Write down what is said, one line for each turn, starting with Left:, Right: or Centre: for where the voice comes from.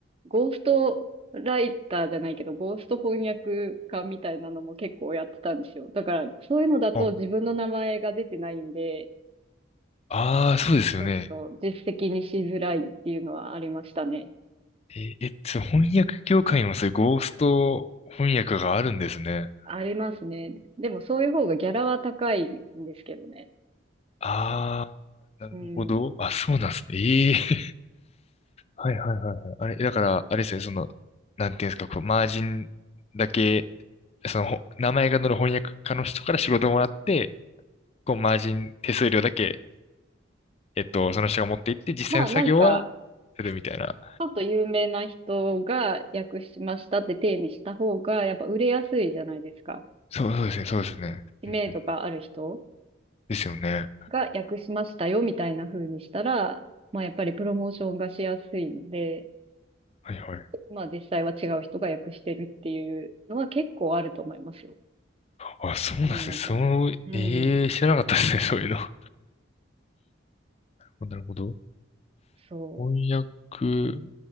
Right: ゴーストライターじゃないけど、ゴースト翻訳家みたいなのも結構やってたんですよ。だから、そういうのだと自分の名前が出てないんで、
Left: あ、ああ、そうですよね。
Right: あの実績にしづらいっていうのはありましたね。
Left: え、え、その翻訳業界にもそういうゴースト翻訳があるんですね。
Right: ありますね。でもそういう方がギャラは高いんですけどね。
Left: ああ、なるほど。
Right: うん。
Left: あ、そうなんですね。ええ <laughs> はいはいはいはい。あれ、だから、あれですね、その、なんていうんですか、こう、マージンだけ、その、ほ名前が載る翻訳家の人から仕事をもらって、こう、マージン手数料だけ、えっと、その人が持って行って、実際の作業はするみたいな。
Right: まあなんか、ちょっと有名な人が訳しましたって体にした方が、やっぱ売れやすいじゃないですか。
Left: そう、そうですね、そうですね。
Right: 知名度がある人
Left: うんうんですよね。
Right: が訳しましたよみたいな風にしたら、まあやっぱりプロモーションがしやすいので、
Left: はいはい。
Right: まあ実際は違う人が訳してるっていうのは結構あると思いますよ。
Left: あ、そうなんですね。
Right: 世の中に。
Left: そう、
Right: うん。
Left: ええ知らなかったですね、<laughs> そういうの。<laughs> なるほど。
Right: そう。
Left: 翻訳、